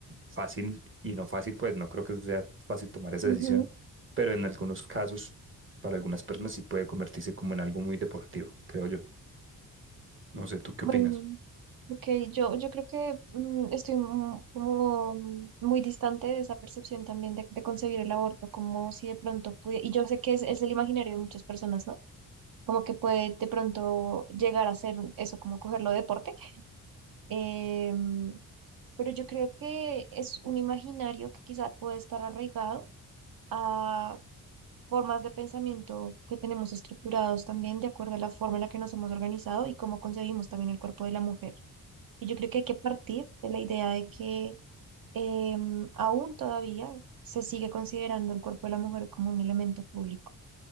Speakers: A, on the right (about 30°); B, on the right (about 60°).
A: fácil y no fácil, pues no creo que sea fácil tomar esa
B: ujú.
A: decisión, pero en algunos casos, para algunas personas sí puede convertirse como en algo muy deportivo, creo yo. No sé, ¿tú qué
B: Bueno,
A: opinas?
B: ok, yo, yo creo que mm, estoy mu- como mm, muy distante de esa percepción también de, de concebir el aborto, como si de pronto pude, y yo sé que es, es el imaginario de muchas personas, ¿no? Como que puede de pronto llegar a ser eso, como cogerlo de deporte. em, pero yo creo que es un imaginario que quizá puede estar arraigado a formas de pensamiento que tenemos estructurados también de acuerdo a la forma en la que nos hemos organizado y cómo concebimos también el cuerpo de la mujer. Y yo creo que hay que partir de la idea de que em, aún todavía se sigue considerando el cuerpo de la mujer como un elemento público